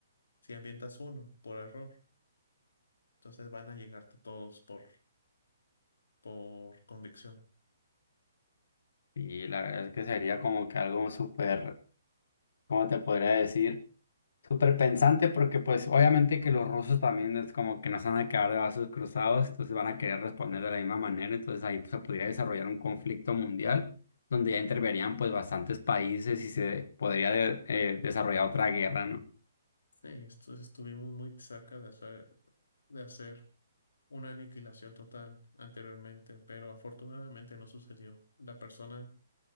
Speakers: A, on the left; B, on the left.
A: Si ambientas uno por error, entonces van a llegarte todos por, por convicción.
B: Y la verdad es que sería como que algo súper, ¿cómo te podría decir? Súper pensante porque pues obviamente que los rusos también es como que no se van a quedar de brazos cruzados, entonces van a querer responder de la misma manera, entonces ahí pues, se podría desarrollar un conflicto mundial donde ya interverían pues bastantes países y se podría de- eh, desarrollar otra guerra, ¿no?
A: Sí, esto- estuvimos muy cerca de hacer, de hacer una aniquilación total anteriormente, pero afortunadamente no sucedió. La persona